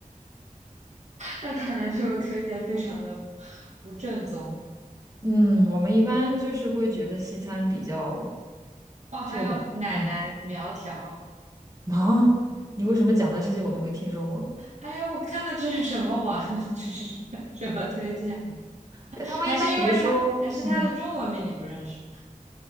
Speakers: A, on the right; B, on the right.
A: 那看来这个推荐非常的不正宗
B: 嗯，我们一般就是会觉得西餐比较，
A: 哦，还有奶奶苗条，
B: 就嗯 <laughs> 啊，你为什么讲的这些我都没听说过？
A: 哎呀，我看的这是什么网？<laughs> 这是什么推荐？<laughs>
B: 对，他们一般比如说，
A: 还是因为他还是他的中文名你不认识？
B: 嗯。